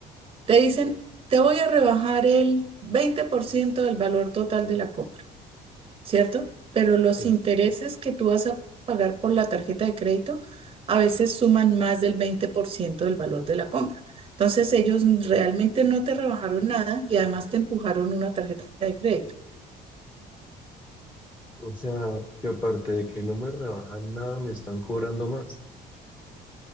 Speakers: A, on the right; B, on the left.
A: te dicen, te voy a rebajar el 20% del valor total de la compra. ¿cierto? Pero los
B: Sí.
A: intereses que tú vas a pagar por la tarjeta de crédito a veces suman más del 20% del valor de la compra. Entonces ellos realmente no te rebajaron nada y además te empujaron una tarjeta de crédito.
B: O sea, que aparte de que no me rebajan nada, me están cobrando más.